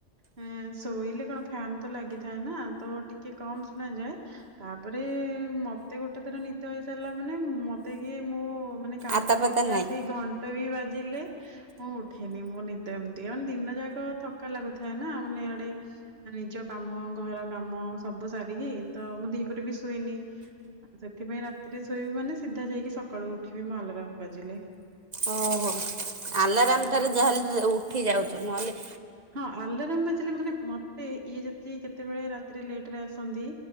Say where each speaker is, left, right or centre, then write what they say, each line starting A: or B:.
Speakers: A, on the right; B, on the right.
A: ହଁ ଶୋଇଲେ କଣ ଫ୍ୟାନ୍ ତ ଲାଗିଥାଏ ନା ତ ଟିକେ କମ ଶୁଣାଯାଏ। ତାପରେ ମତେ ଗୋଟେ ଥର ନିଦ ହେଇସାରିଲା ମାନେ ମତେ କିଏ ମୋ ମାନେ। କାନ
B: ଆତାପାତା
A: ପାଖରେ କିଏ
B: ନାହିଁ
A: ଆସିକି ଘଣ୍ଟ ବି ବାଜିଲେ। ମୁଁ ଉଠେନି ମୋ ନିଦ ଏମିତି ଆ ଦିନ ଯାକ ଥକା ଲାଗୁଥାଏ ନା ମାନେ ଆଡ଼େ ନିଜ କାମ ଘର କାମ ସବୁ ସାରିକି ତ ମୁଁ ଦିପହରେ ବି ଶୋଇନି ଆଉ ସେଥିପାଇଁ ରାତିରେ ଶୋଇବି ମାନେ ସିଧା ଯାଇକି ସକାଳୁ ଉଠିବି ମୁଁ ଆଲାରାମ୍ ବାଜିଲେ।
B: ଓହୋ ଆଲାରାମ୍
A: ହଁ
B: ତାରେ ଯାହାରେ ଉଠି ଯାଉଛୁ ନହେଲେ
A: ହଁ ଆଲାରମ୍ ବାଜିଲେ ମାନେ ମତେ ଇଏ ଯତିି କେତେବେଳେ ରାତିରେ ଲେଟ୍ ରେ ଆସନ୍ତି